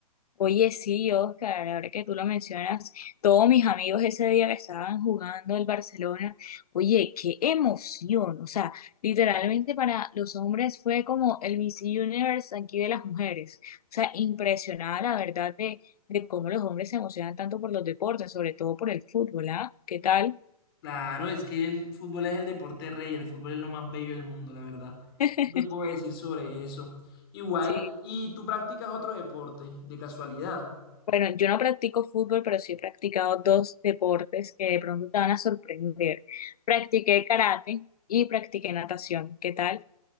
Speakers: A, on the left; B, on the left.
A: oye, sí, Oscar, ahora que tú lo mencionas, todos mis amigos ese día que estaban jugando el Barcelona, oye, qué emoción. O sea, literalmente para los hombres fue como el Miss Universe aquí de las mujeres. O sea, impresionada la verdad de, de cómo los hombres se emocionan tanto por los deportes, sobre todo por el fútbol, ¿ah? ¿Qué tal?
B: Claro, es que el fútbol es el deporte rey, el fútbol es lo más bello del mundo, la verdad.
A: <laughs>
B: ¿Qué te puedo decir sobre eso? Igual,
A: Sí.
B: y tú practicas otro deporte, de casualidad.
A: Bueno, yo no practico fútbol, pero sí he practicado dos deportes que de pronto te van a sorprender. Practiqué karate y practiqué natación. ¿Qué tal?